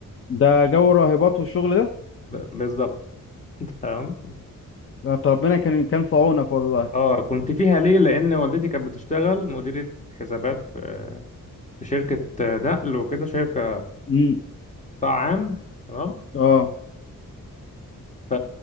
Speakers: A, on the left; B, on the left.
A: ده جو راهبات والشغل ده
B: ب- بالظبط <laughs> تمام
A: ده أنت ربنا كان كان في عونك والله
B: اه كنت فيها ليه لان والدتي كانت بتشتغل مديرة حسابات في في شركة نقل وكده شركة
A: امم
B: قطاع عام تمام
A: اه
B: ف